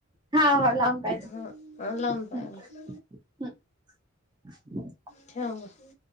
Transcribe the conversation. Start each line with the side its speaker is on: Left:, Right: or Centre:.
Right: हा हो लावता आहेत
Left: हा लावून पाय
Right: हं
Left: मग
Right: हं
Left: ठेव मग.